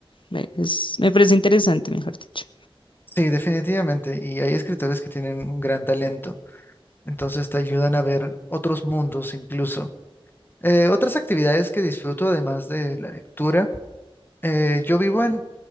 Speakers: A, on the left (about 60°); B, on the left (about 20°).
A: Me, es- me parece interesante, mejor dicho.
B: Sí, definitivamente, y hay escritores que tienen un gran talento, entonces te ayudan a ver otros mundos incluso. Eh, otras actividades que disfruto además de la lectura, eh, yo vivo en